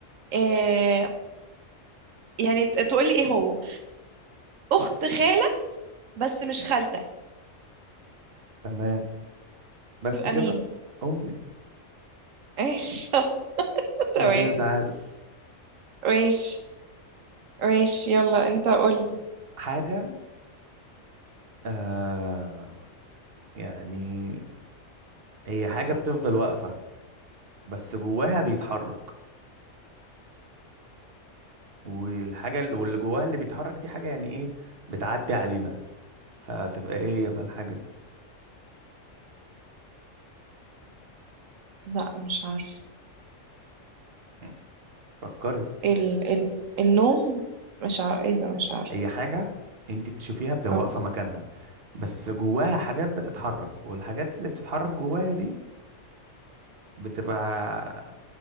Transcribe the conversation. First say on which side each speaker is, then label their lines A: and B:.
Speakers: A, on the right; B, on the right.
A: آه، يعني ت- تقولي ايه هو أخت خالك بس مش خالتك
B: تمام بس
A: تبقى
B: كده
A: مين
B: امي
A: ماشي <laughs> تمام
B: احنا كده تعادل
A: ماشي ماشي يلا انت قول
B: حاجة آه يعني هي حاجة بتفضل واقفة بس جواها بيتحرك والحاجة ال- واللي جواها اللي بيتحرك دي حاجة يعني ايه بتعدي علينا فتبقى ايه يبقى الحاجة
A: لا مش عارف
B: مم. فكري
A: ال... ال... النوم مش عارف ايه ده مش عارف
B: هي حاجة انت بتشوفيها بتبقى
A: اه
B: واقفة مكانها بس جواها حاجات بتتحرك والحاجات اللي بتتحرك جواها دي بتبقى